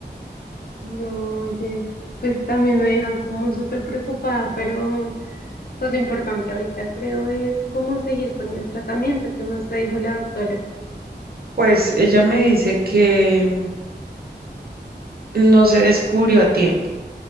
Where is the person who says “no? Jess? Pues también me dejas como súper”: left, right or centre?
Left